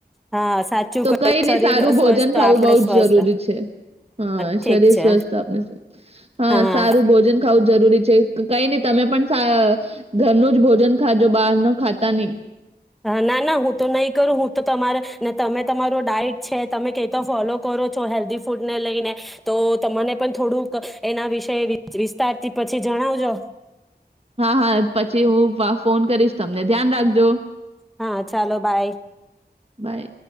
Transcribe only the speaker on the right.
તો
કઈને
સારું
ભોજન
ખાવું
બહુ
જ જરૂરી છે. હા
શરીર
સ્વસ્થ હા
સારું ભોજન ખાવું જરૂરી છે કઈ નહી તમે પણ સા ઘરનું જ ભોજન ખાજો બહાર ન ખાતા નહી.
હા હા પછી હું ફોન કરીશ. તમને ધ્યાન રાખજો.
બાય